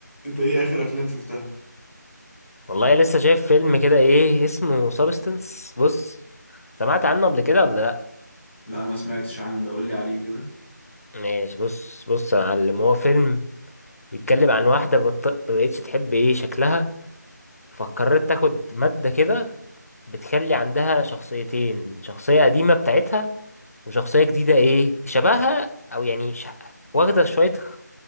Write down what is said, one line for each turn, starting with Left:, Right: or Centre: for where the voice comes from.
Centre: انت ايه اخر افلام شفتها
Left: والله لسه شايف فيلم كده ايه اسمه سابستنس بص سمعت عنه قبل كده ولا لا
Centre: لا ما سمعتش عنه ده قول لي عليه كده
Left: ماشي بص بص يا معلم هو فيلم بيتكلم عن واحدة بط- ما بقتش تحب ايه شكلها فقررت تاخد مادة كده بتخلي عندها شخصيتين شخصية قديمة بتاعتها وشخصية جديدة ايه شبهها او يعني ش... واخدة شوية خ-